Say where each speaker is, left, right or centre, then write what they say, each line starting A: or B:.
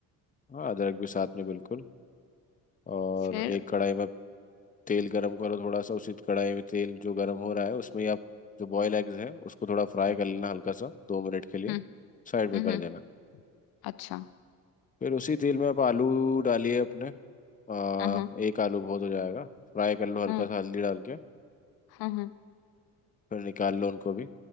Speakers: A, on the left (about 15°); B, on the left (about 55°).
A: हाँ अदरक भी साथ में बिल्कुल और
B: फिर
A: एक कढ़ाई में तेल गरम करो थोड़ा सा उसी कढ़ाई में तेल जो गरम हो रहा है उसमें ही आप जो बॉयल एग्स हैं उसको थोड़ा फ्राई कर लेना हल्का सा दो मिनट के लिए
B: हुँ,
A: साइड में
B: हुँ,
A: कर
B: हुँ,
A: देना
B: अच्छा,
A: फिर उसी तेल में आप आलू डालिए अपने अ,
B: हुँ, हुँ,
A: एक आलू बहुत हो जाएगा फ्राई कर लो हल्का
B: हुँ,
A: सा हल्दी डाल के
B: हुँ, हुँ,
A: फिर निकाल लो उनको भी